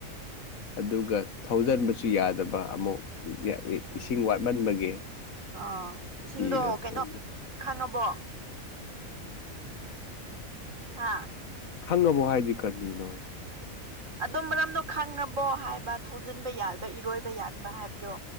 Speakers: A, on the left; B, on the right.
A: ꯑꯗꯨꯒ ꯊꯧꯖꯟꯕꯁꯨ ꯌꯥꯗꯕ ꯑꯃꯨꯛ
B: ꯎꯝ
A: ꯏꯁꯤꯡ ꯋꯥꯠꯃꯟꯕꯒꯤ
B: ꯑꯥ ꯏꯁꯤꯡꯗꯣ
A: ꯐꯤꯗꯣ
B: ꯀꯩꯅꯣ
A: ꯎ
B: ꯈꯪꯉꯕꯣ ꯍꯥꯥ
A: ꯈꯪꯉꯕꯣ ꯍꯥꯏꯗꯤ ꯀꯔꯤꯅꯣ
B: ꯑꯗꯨ ꯃꯔꯝꯗꯣ ꯈꯪꯉꯕꯣ ꯍꯥꯏꯕ ꯊꯧꯖꯤꯟꯕ ꯌꯥꯕ ꯏꯔꯣꯏꯕ ꯌꯥꯗꯕ ꯍꯥꯏꯕꯗꯣ